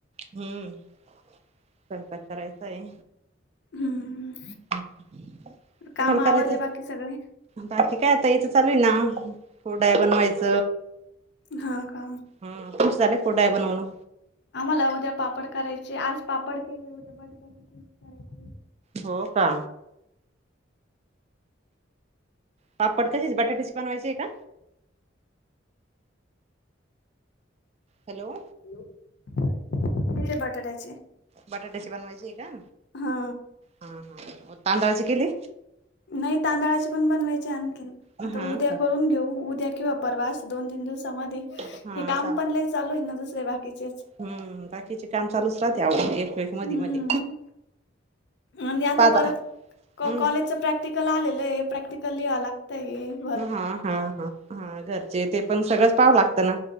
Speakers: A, on the right; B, on the left.
A: हम्म स्वयंपाक करायचाय.
B: हम्म.
A: हं तुम्हाला
B: काम आवरले
A: करायचय.
B: बाकी सगळे?
A: बाकी काय आता, हिच चालू आहे ना कुरडया बनवायच.
B: हा का?
A: झालं का कुरडया बनवून नं?
B: आम्हाला उद्या पापड करायचे. आज पापड केले उद्या बटाट्याचे चिप्स करायचे.
A: हो का? पापड कशाचे बटाट्याचे बनवायचे का? हॅलो!
B: हॅलो? बटाट्याचे.
A: बटाट्याची बनवायची आहे का?
B: हा
A: हा हा तांदळाचे केली?
B: नाही तांदळाचे पण बनवायचे आणखीन
A: हा
B: आता उद्या
A: का?
B: करून घेऊ उद्या किंवा. परवा स दोन तीन दिवसामध्ये
A: हा
B: हे काम
A: चालेल.
B: पण चालू आहे ना दुसरे बाकी़ज
A: हम्म बाकीचे काम चालूच राहते एक. मधी
B: हम्म
A: मधी
B: आणि आता
A: पाहता
B: परत
A: हम्म
B: कॉलेजचं प्रॅक्टिक प्रॅक्टिकल आलेलं आहे प्रॅक्टिकल लिव्हा लागतंयं.
A: हा हा हा हा घरचे ते पण सगळंच पावं लागतं ना.